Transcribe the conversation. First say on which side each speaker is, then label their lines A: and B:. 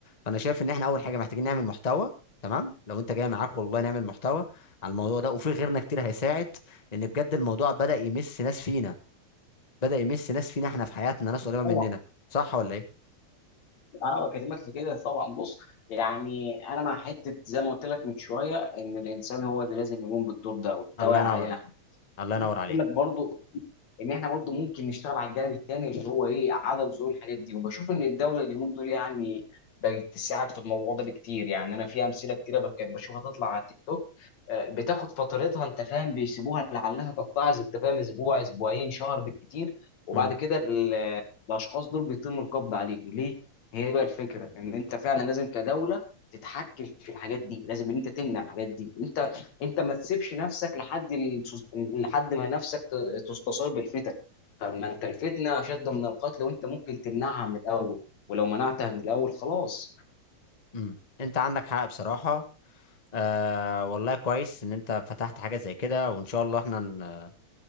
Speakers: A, on the left (about 45°); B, on the left (about 70°).
A: فانا شايف ان احنا اول حاجه محتاجين نعمل محتوى تمام لو انت جاي معاك والله نعمل محتوى على الموضوع ده وفي غيرنا كتير هيساعد لان بجد الموضوع بدأ يمس ناس فينا بدأ يمس ناس فينا احنا في حياتنا ناس قريبه مننا
B: طبعا
A: صح ولا ايه
B: انا بكلمك في كده طبعا بص يعني انا مع حته زي ما قلت لك من شويه ان الانسان هو اللي لازم يقوم بالدور ده والتوعية
A: الله ينور
B: علينا احنا
A: الله ينور عليك
B: بقول لك برضو ان احنا برضو ممكن نشتغل على الجانب التاني اللي هو ايه عدم ظهور الحاجات دي وبشوف ان الدوله اليومين دول يعني بقت تساعد في الموضوع ده بكتير يعني انا في امثله كتيره بك- بشوفها تطلع على التيك توك آه، بتاخد فترتها انت فاهم بيسيبوها لعلها تتعظ انت فاهم اسبوع اسبوعين شهر بالكتير وبعد
A: مم.
B: كده الاشخاص دول بيتم القبض عليهم ليه هي بقى الفكره ان انت فعلا لازم كدوله تتحكم في الحاجات دي لازم ان انت تمنع الحاجات دي انت انت ما تسيبش نفسك لحد ال- لحد ما نفسك ت- تستثار بالفتن طب ما انت الفتنه اشد من القتل وانت ممكن تمنعها من الاول ولو منعتها من الاول خلاص
A: مم. انت عندك حق بصراحة آه والله كويس ان انت فتحت حاجة زي كده وان شاء الله احنا ن-